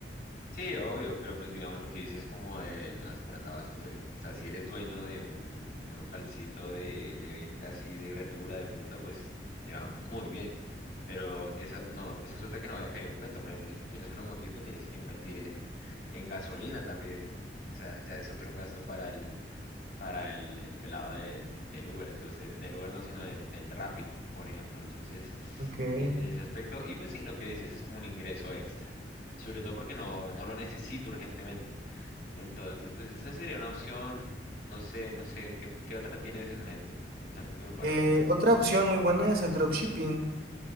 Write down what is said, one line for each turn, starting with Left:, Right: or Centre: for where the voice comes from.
Left: Sí, obvio, pero pues digamos lo que dices como de una central de abastos, el- o sea, si eres dueño de un, un localcito de, de ventas y de verdura, de fruta, pues te va muy bien. Pero esa, no, esa es otra que no había caído en cuenta. Por ejemplo, si tú tienes una motico, tienes que invertir en, en gasolina también. O sea, ya es otro gasto para el para el, el pelado de del Uber, entonces, del Uber no, sino del, del Rappi, por ejemplo. Entonces,
Right: Ok.
Left: en, en ese aspecto, y pues sí, lo que dices es como un ingreso extra, sobre todo porque no, no lo necesito urgentemente. Entonces, pues esa sería una opción, no sé, no sé, ¿qué, qué otra tienes en mente? ¿Es algo que me puedas
Right: Eh,
Left: recomendar?
Right: otra opción muy buena es el dropshipping.